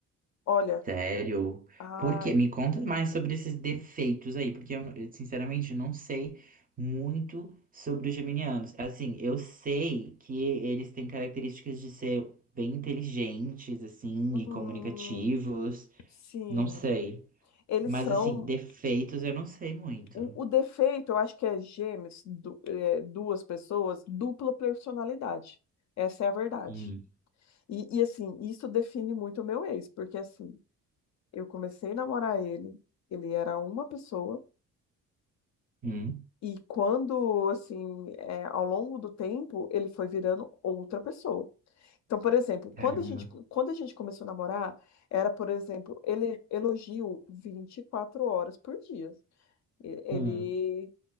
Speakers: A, on the left; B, on the right.
A: Olha,
B: Sério?
A: ai,
B: Por quê? Me conta mais sobre esses defeitos aí, porque eu, eu, sinceramente não sei muito sobre os geminianos. Assim, eu sei que eles têm características de ser bem inteligentes, assim,
A: hum,
B: e comunicativos.
A: sim,
B: Não sei.
A: eles
B: Mas
A: são.
B: assim, defeitos eu não sei muito.
A: O, o defeito, eu acho que é Gêmeos, du- é, duas pessoas, dupla personalidade. Essa é a verdade.
B: Hum.
A: E, e assim, isso define muito o meu ex, porque assim, eu comecei a namorar ele, ele era uma pessoa.
B: Hum.
A: E quando, assim, é, ao longo do tempo, ele foi virando outra pessoa. Então, por exemplo, quando
B: Caramba.
A: a gente, quando a gente começou a namorar, era, por exemplo, ele elogio 24 horas por dia. E- Ele
B: Hum.